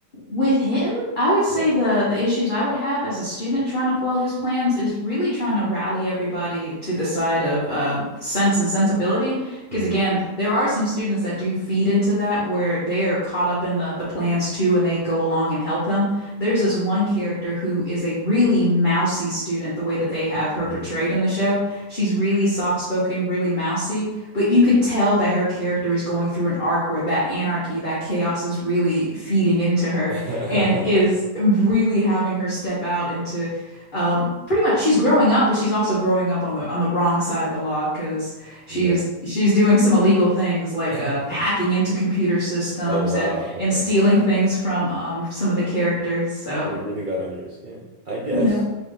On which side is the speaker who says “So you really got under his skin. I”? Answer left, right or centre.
Right